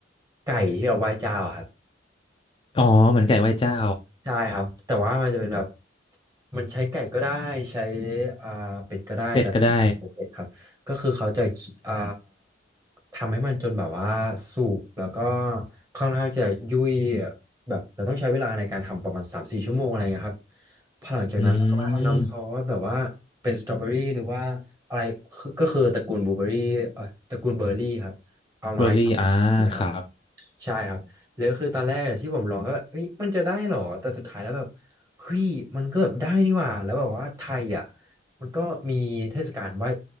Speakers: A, on the right; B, on the left.
A: ไก่ที่เราไหว้เจ้าอะครับ
B: อ๋อเหมือนไก่ไหว้เจ้า
A: ใช่ครับแต่ว่ามันจะเป็นแบบมันใช้ไก่ก็ได้ใช้อ่าเป็ดก็ได้แต่เป็ดครับก็คือเขาจะอ่า
B: เป็ดก็ได้
A: ทำให้มันจนแบบว่าสุกแล้วก็ค่อนข้างจะยุ่ยแบบเราต้องใช้เวลาในการทำประมาณสามสี่ชั่วโมงอะไรเงี้ยครับพอหลังจากนั้นเราก็มาทำน้ำซอสแบบว่าเป็นสตรอเบอรี่หรือว่าอะไรคือก็คือตระกูลบลูเบอรี่เออตระกูลเบอร์รี่ครับเอามายำเลยครับ
B: อืมเบอร์รี่อ่าครับ
A: ใช่ครับแล้วคือตอนแรกอะที่ผมลองก็แบบเอ้ยมันจะได้เหรอ แต่สุดท้ายแล้วแบบเฮ้ยมันก็แบบได้นี่หว่าแล้วแบบว่าไทยอ่ะมันก็มีเทศกาลไหว้